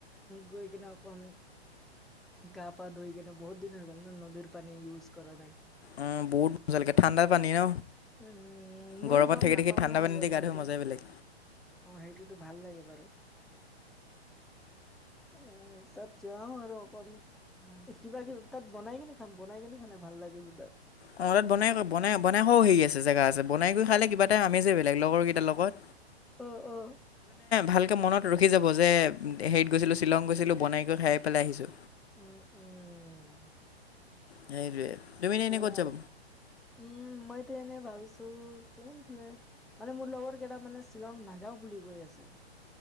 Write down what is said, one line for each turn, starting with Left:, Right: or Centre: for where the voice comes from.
Centre: গৈ কিনে অকণ গা পা ধইকনে বহত দিন গ ন নদীৰ পানী ইয়উজ কৰা নাই
Left: উম বহুত মজাালকে ঠাণ্ডা পানী ন
Centre: উম, ময়ো
Left: গৰমত
Centre: গম
Left: থাকি
Centre: নাপাও
Left: থাকি ঠাণ্ডা
Centre: নহয়
Left: পানী
Centre: বাৰু
Left: দি গা ধুই
Centre: এতিয়া
Left: মজাই বেলেগ
Centre: অ সেইটোতো ভাল লাগে বাৰু। এ তাত যাওঁ আৰু অকন কিবা কিবি তাত বনাই কেনে খাম বনাই কেনে খাই ভাল লাগে বোধহয়।
Left: অ তাত বনাই বনাই বনাই খোৱা হেৰি আছে জেগা আছে বনাই গৈ খালে কিবা এটা আমেজই বেলেগ লগৰ কেইটাৰ লগত।
Centre: অ অ।
Left: ভালকে মনত ৰখি যাব যে হেৰিত গৈছিলো শ্বিলং গৈছিলো বনাই গৈ খাই পেলাই আহিছো।
Centre: উম উম।
Left: সেইটোৱে তুমি
Centre: তাকে
Left: এনে এনেই ক'ত যাব
Centre: আৰু উম মইতো এনে ভাবিছো। <unintelligible> কোনফালে মানে মোৰ লগৰ কেইটা মানে শ্বিলং নাযাওঁ বুলি কৈ আছে।